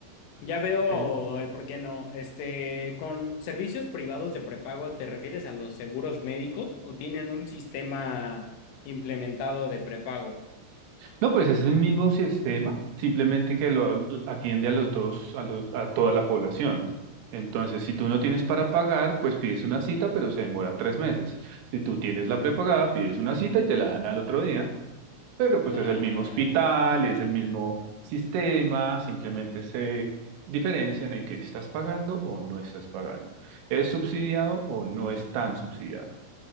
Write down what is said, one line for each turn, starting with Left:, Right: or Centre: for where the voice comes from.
Left: ya veo
Right: El-
Left: el por qué no. Este, con servicios privados de prepago, ¿te refieres a los seguros médicos o tienen un sistema implementado de prepago?
Right: No, pues es el mismo sistema, simplemente que lo atiende a los dos, a los, a toda la población. Entonces, si tú no tienes para pagar, pues pides una cita, pero se demora tres meses. Si tú tienes la prepagada, pides una cita y te la dan al otro día. Pero pues
Left: Ah,
Right: es el mismo hospital,
Left: ok.
Right: es el mismo sistema, simplemente se diferencian en que estás pagando o no estás pagando. ¿Es subsidiado o no es tan subsidiado?